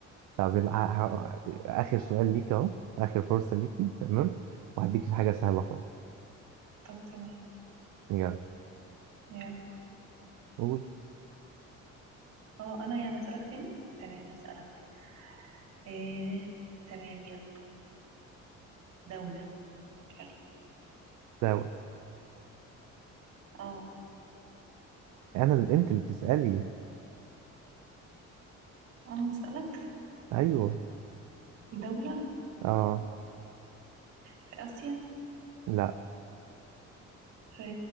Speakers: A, on the right (about 80°); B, on the right (about 70°).
A: طب ال- ه- ه- آخر سؤال ليك أهو آخر فرصة ليكي تمام وهديك في حاجة سهلة خالص
B: طب تمام
A: يلا
B: يلا
A: قول
B: اه انا يعني اسألك تاني تمام هسألك ايه تمام يلا دولة حلو
A: داود
B: اه
A: أنا اللي أنت اللي تسألي
B: أنا هسألك
A: أيوه
B: دولة
A: أه
B: في آسيا
A: لا
B: في